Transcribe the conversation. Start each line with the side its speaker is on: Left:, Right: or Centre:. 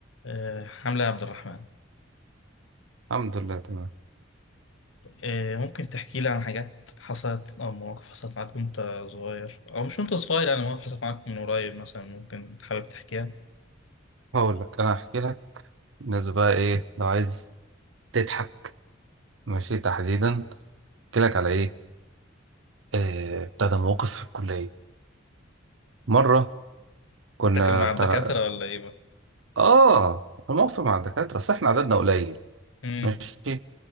Left: آه، حملة عبد الرحمن
Right: الحمد لله تمام
Left: آه، ممكن تحكي لي عن حاجات حصلت أو مواقف حصلت معاك وأنت صغير أو مش وأنت صغير يعني مواقف حصلت معاك من قريب مثلا ممكن حابب تحكيها
Right: هقول لك انا هحكي لك بالنسبه بقى ايه لو عايز تضحك ماشي تحديدا احكي لك على ايه آه، بتاع ده موقف في الكليه مره كنا
Left: تاكل مع
Right: بتاع
Left: الدكاترة ولا إيه بقى؟
Right: اه الموقف مع الدكاتره بس احنا عددنا قليل
Left: مم.
Right: ماشي